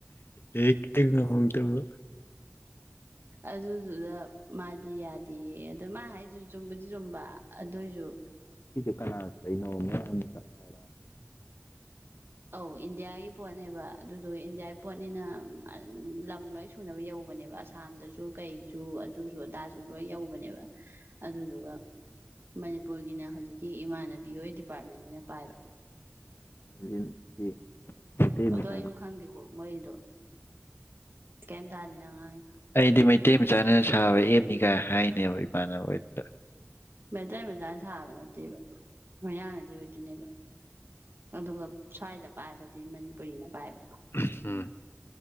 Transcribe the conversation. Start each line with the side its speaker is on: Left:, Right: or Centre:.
Left: ꯑꯦ ꯇꯩ ꯉꯝꯍꯧꯗꯕ
Right: ꯑꯗꯨꯗꯨꯗ ꯃꯥꯗꯤ ꯌꯥꯗꯦꯌꯦ ꯃꯥ ꯍꯥꯏꯗꯨꯖꯨ ꯆꯨꯝꯕꯗꯤ ꯆꯨꯝꯕ ꯑꯗꯨꯏꯖꯨ
Left: ꯀꯅꯥꯅ <unintelligible>
Right: ꯑꯧ ꯏꯟꯗꯤꯌꯥꯒꯤ ꯄꯣꯠꯅꯦꯕꯥ ꯑꯗꯨꯗꯣ ꯏꯟꯗꯤꯌꯥ ꯄꯣꯠꯅꯤꯅꯥ ꯑ ꯂꯝ ꯂꯣꯏ ꯁꯨꯅꯕ ꯌꯧꯕꯅꯦꯕꯥ ꯑꯁꯥꯝꯗꯁꯨ ꯀꯩꯖꯨ ꯑꯗꯨꯖꯨ ꯑꯗꯥꯖꯨ ꯂꯣꯏ ꯌꯧꯕꯅꯦꯕꯥ ꯑꯗꯨꯗꯨꯒ ꯃꯅꯤꯄꯨꯔꯒꯤꯅ ꯍꯧꯖꯤꯛꯀꯤ ꯏꯃꯥꯟꯅꯕꯤ ꯍꯣꯏ ꯗꯤꯄꯥꯔꯠꯃꯦꯟꯖꯤꯅ ꯄꯥꯏꯕ
Left: <unintelligible>
Right: ꯑꯗꯣ
Left: ꯃꯆꯥꯅ
Right: ꯑꯩꯖꯨ ꯈꯪꯗꯦꯀꯣ ꯃꯣꯏꯗꯣ ꯀꯩꯝ ꯇꯥꯗꯦ ꯅꯪ ꯉꯥꯡꯉꯤꯗꯣ
Left: ꯑꯩꯗꯤ ꯃꯩꯇꯩ ꯃꯆꯥꯅ ꯁꯥꯕ ꯑꯦꯞꯅꯤꯒꯥꯏ ꯍꯥꯏꯅꯦꯕ ꯏꯃꯥꯟꯅꯕ ꯍꯣꯏꯗ
Right: ꯃꯩꯇꯩ ꯃꯆꯥꯅ ꯁꯥꯕ ꯅꯠꯇꯦꯕ ꯃꯩꯌꯥꯡꯅꯗꯤ ꯑꯣꯏꯗꯣꯏꯅꯦꯕꯥ ꯑꯗꯨꯒ ꯁ꯭ꯋꯥꯏꯗ ꯄꯥꯏꯕꯗꯤ ꯃꯅꯤꯄꯨꯔꯤꯅ ꯄꯥꯏꯕ
Left: ꯎꯝ